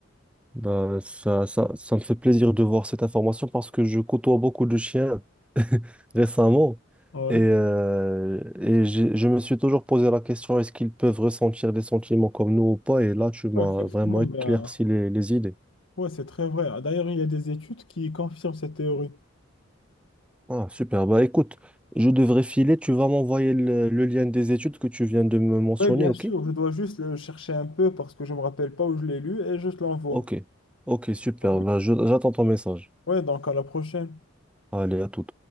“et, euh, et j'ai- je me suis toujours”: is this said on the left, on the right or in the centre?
Centre